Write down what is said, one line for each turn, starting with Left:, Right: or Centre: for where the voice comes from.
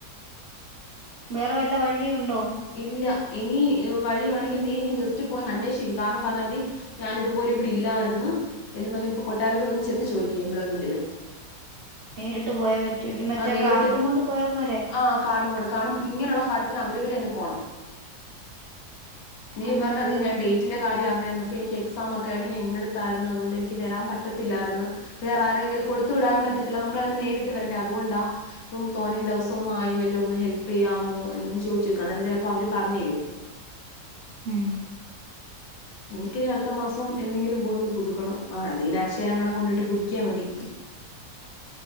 Right: വേറെ വല്ല വഴിയും ഉണ്ടോ
Left: ഇല്ല ഇനി വഴി വേണെങ്കി നീ ഇനി ജസ്റ്റ് പോയി ഒന്ന് അന്വേഷിക്ക് കാരണം പറഞ്ഞാമതി ഞാനിതുപൊലെ ഇവിടെ ഇല്ലാരുന്നു എന്നും പറഞ്ഞ് ഇപ്പൊ കൊട്ടാരക്കര ഒന്ന് ചെന്ന് ചോദിക്ക് എംപ്ലോയ്മെന്റില്.
Right: നേരിട്ട് പോയാ പറ്റൂലെ മറ്റേ
Left: ആഹ് നേരിട്ട്
Right: കാർഡും ങ്ങൊണ്ട് പോയാ പോരെ
Left: ആഹ് കാർഡും കൊണ്ട് കാരണം ഇങ്ങനെള്ള കാര്യത്തിന് അവരവര് തന്നെ പോണം നീ
Right: ആഹ്
Left: പറഞ്ഞത് ഞൻ ഡേ റ്റിന്റെ കാര്യം അറിഞ്ഞാരുന്നു അപ്പോ ഇനി എക്സാം ഒക്കെ ആയിരുന്നു ഞൻ ഇന്നെടുത്തായിരുന്നു അതുകൊണ്ട് എനിക്ക് വരാൻ പറ്റത്തില്ലായിരുന്നു. വേറെ ആരെങ്കിലും കൊടുത്തു വിടാനും പറ്റത്തില്ല നമ്മള് ന്നെ നേരിട്ട് വരണ്ടേ അതുകൊണ്ടാ ഇപ്പം തോന്നേ ദിവസം ഒന്നും ആയില്ലല്ലോ ഒന്ന് ഹെൽപ്പ്യ്യാമോ എന്നൊന്ന് ചോയ്ച്ചോക്ക് അന്നേരം ചെലപ്പോ അവര് പറഞ്ഞേരും
Right: ഉം
Left: എനിക്കിനി അടുത്ത മാസം എന്നെങ്കിലും പോയൊന്ന് പുതുക്കണം ആ അത് പിന്നെ അക്ഷയിലെങ്ങാണ്ട്‌ കൊണ്ടിട്ട് പുതുക്കിയാ മതി